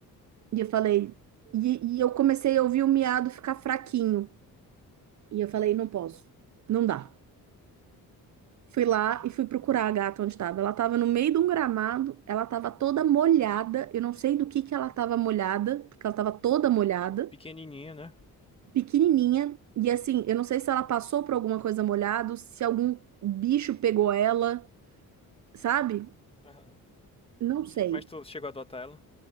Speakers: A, on the right; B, on the left.
A: E eu falei, e, e eu comecei a ouvir o miado ficar fraquinho. E eu falei, não posso, não dá. Fui lá e fui procurar a gata onde estava. Ela estava no meio de um gramado, ela estava toda molhada. Eu não sei do que que ela estava molhada, porque ela estava toda molhada,
B: Pequenininha, né?
A: pequenininha. E assim, eu não sei se ela passou por alguma coisa molhada, se algum bicho pegou ela, sabe?
B: Aham.
A: Não sei.
B: Mas tu chegou a adotar ela?